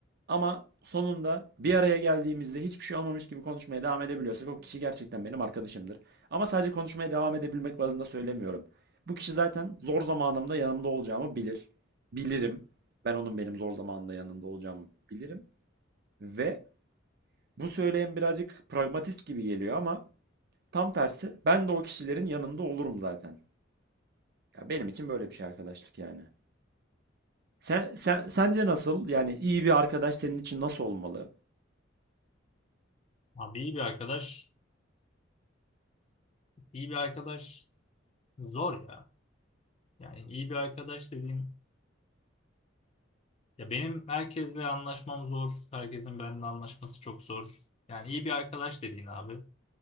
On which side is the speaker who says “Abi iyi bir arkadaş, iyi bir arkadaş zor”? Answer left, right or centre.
Left